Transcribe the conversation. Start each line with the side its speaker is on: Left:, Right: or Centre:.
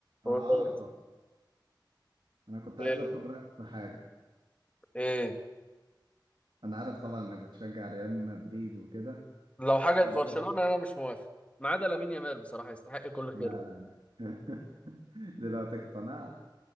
Right: اعرف
Left: هو جامد.
Right: انا كنت عايز
Left: ايه
Right: اخد رايك في حاجه
Left: ايه
Right: انا عارف طبعا انك بتشجع ريال مدريد وكده
Left: لو حاجه
Right: انت
Left: لبرشلونه انا مش موافق ما عدا لامين يامال بصراحه يستحق كل
Right: لا
Left: خيره
Right: لا لا <laughs> دلوقتي اقتنعت